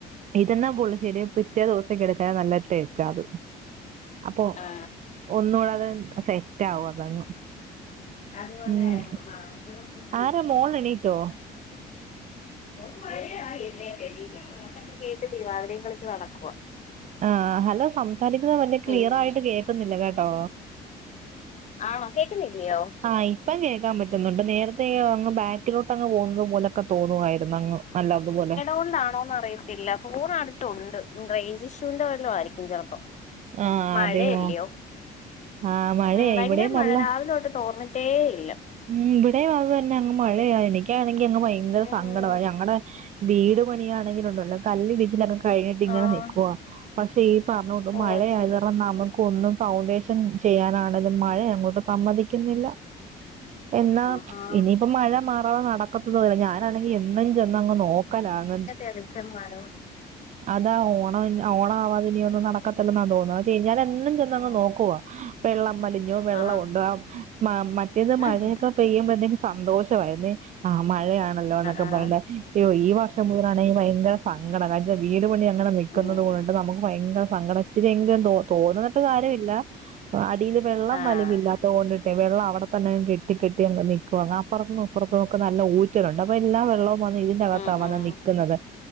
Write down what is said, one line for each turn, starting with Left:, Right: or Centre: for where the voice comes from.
Right: ഇര്ന്നാ പുളിശ്ശേരി പ് പിറ്റേ ദിവസൊക്കെ എട്ക്കാൻ നല്ല ടേസ്റ്റാ അത് അപ്പൊ
Left: ആ.
Right: ഒന്നുടെ അത് സെറ്റ് ആകും അതങ്ങ്
Left: അതുപോലെ
Right: ഉം
Left: <inaudible> <unintelligible>
Right: ആരാ മോള് എണീറ്റോ
Left: പാട്ടൊക്കെ കേട്ട് തിരുവാതിരേം കളിച്ച് നടക്കുവ
Right: ആഹ്‌ ഹലോ സംസാരിക്കുന്നത് വല്യ ക്ലിയർ
Left: ഉം
Right: ആയിട്ട് കേക്കുന്നില്ല കേട്ടോ
Left: ആണോ കേക്കുന്നില്ലിയോ
Right: ആഹ് ഇപ്പം കേക്കാൻ പറ്റുന്നുണ്ട് നേരത്തെ അങ്ങ് ബാക്കിലോട്ടങ്ങ് പോകുന്നത് പോലെ ക്കെ തോന്നുവായിരുന്നു അങ്ങ് നല്ലതുപോലെ
Left: എന്ത് കൊണ്ടാണോന്ന് അറിയ ഇല്ല ഫോണ് അടുത്തുണ്ട് റെയിഞ്ച് ഇഷ്യൂന്റെ വല്ലോം ആയിരിക്കും ചെലപ്പോ
Right: ആഹ്‌
Left: മഴയല്ലയോ
Right: അതെയോ ആഹ്‌ മഴയായി
Left: ഉം ഭയങ്കര
Right: ഇവിടേം
Left: മഴ
Right: നല്ല
Left: രാവിലെ തൊട്ട് തോർന്നിട്ടേ ഇല്ല
Right: ഉം ഇവിടെയു അത് തെന്നെയാ അങ്ങ് മഴയാ എനിക്കാണെങ്കി അങ്ങ് ഭയങ്കര
Left: ഉം
Right: സങ്കടവാ ഞങ്ങടെ വീട് മണിയാണെങ്കി ഒണ്ടല്ലോ കല്ലിടിച്ചിലൊക്കെ കാ കഴിഞ്ഞിട്ട് ഇങ്ങനെ
Left: ആഹ്
Right: നിക്കുവാ. പക്ഷെ ഈ പറഞ്ഞോണ്ട്
Left: ഓ
Right: മഴ
Left: അത് ശരി
Right: ആയത് കാരണം നമക്കൊന്നും ഫൗണ്ടേഷൻ ചെയ്യാനാണെങ്കിലും മഴയങ്ങോട്ട് സമ്മതിക്കുന്നില്ല എന്നാ
Left: ആഹാ
Right: ഇനിയിപ്പ മഴ മാറാതെ നടക്കത്തതുല്ല ഞാനാണെങ്കി എന്നും ചെന്ന് അങ്ങ് നോക്കലാണ്
Left: എളച്ചമ്മാരോ
Right: അതാ ഓണവി ഓണാവാതെ ഇനി
Left: ഉം
Right: ഒന്നും നടക്കത്തില്ലെന്നാ തോന്നുന്നത് അത് ചീനലെ എന്നും ചെന്നങ്
Left: ഉം
Right: നോക്കുവാ വെള്ളം വലിഞ്ഞോ വെള്ളം
Left: ആഹ്
Right: ഉണ്ടോ മാ മറ്റേത് മഴയൊക്കെ
Left: ആഹ്
Right: പെയ്യുമ്പഴത്തേക്കും സന്തോഷവായിരുന്നെ ആഹ്‌ മഴയാണ ണല്ലോ എന്നൊക്കെ
Left: ആഹ്
Right: പർഞ്ഞിട്ട് ഇയ്യോ ഈ വർഷം മുതലാണെ ഭയങ്കരസങ്കടം അതായത് വീട് പണി അങ്ങനെ നിക്കുന്നത്
Left: ഉം
Right: കൊണ്ട് നമുക്ക് ഭയങ്കര സങ്കടം ഇച്ചിരി എങ്കിലും തോ തോന്ന്ട്ട് കാര്യമില്ല അടീല് വെള്ളം
Left: ആഹ്
Right: വലിവില്ല തോർന്നിട്ടെ വെള്ളം അവടതെന്നെ അങ്ങ് കെട്ടി കെട്ടി അങ് നിക്കുവാ അപ്പർത്ത്ന്നും ഇപ്പർത്ത്ന്നും ഒക്കെ നല്ല ഊറ്റലുണ്ട് അപ്പൊ എല്ലാ വെള്ളോ മതിലിന്റെ അകത്താണത്
Left: ഉം ഉം
Right: നിക്കുന്നത്